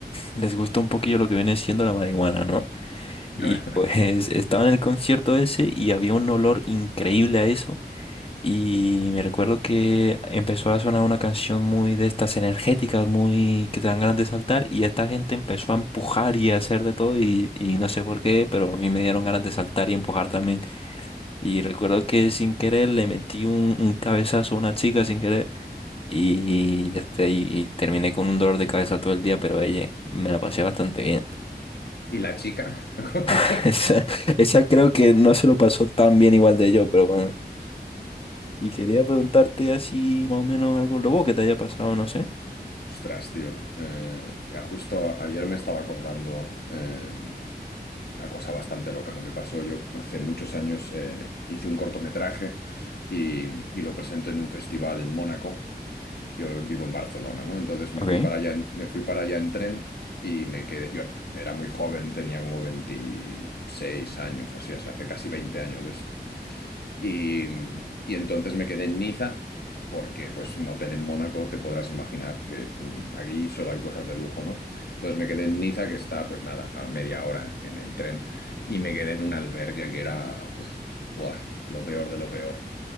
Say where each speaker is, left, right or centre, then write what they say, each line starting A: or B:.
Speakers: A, on the left; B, on the left.
A: les gusta un poquillo lo que viene siendo la marihuana, ¿no?
B: <laughs>
A: Y pues estaba en el concierto ese y había un olor increíble a eso. Y me recuerdo que empezó a sonar una canción muy de estas energéticas, muy que te dan ganas de saltar. Y esta gente empezó a empujar y a hacer de todo. Y, y no sé por qué, pero a mí me dieron ganas de saltar y empujar también. Y recuerdo que sin querer le metí un, un cabezazo a una chica sin querer. Y ya está, y y terminé con un dolor de cabeza todo el día, pero ella me la pasé bastante bien.
B: ¿Y la chica? <laughs>
A: <laughs> Esa, esa creo que no se lo pasó tan bien igual de yo, pero bueno. Y quería preguntarte así más o menos algo loco que te haya pasado, no sé.
B: Ostras, tío. eh, ya justo ayer me estaba acordando eh, una cosa bastante loca que me pasó. Yo hace muchos años eh, hice un cortometraje y, y lo presenté en un festival en Mónaco. Yo vivo en Barcelona, ¿no? Entonces me
A: Ok.
B: fui para allá en, me fui para allá en tren y me quedé. Yo era muy joven, tenía como 26 años, así, o sea, hace casi 20 años de esto. Y, y entonces me quedé en Niza porque, pues, un hotel en Mónaco te podrás imaginar que mm, aquí solo hay cosas de lujo, ¿no? Entonces me quedé en Niza, que está, pues nada, a media hora en, en tren, y me quedé en un albergue que era, pues, buah, lo peor de lo peor.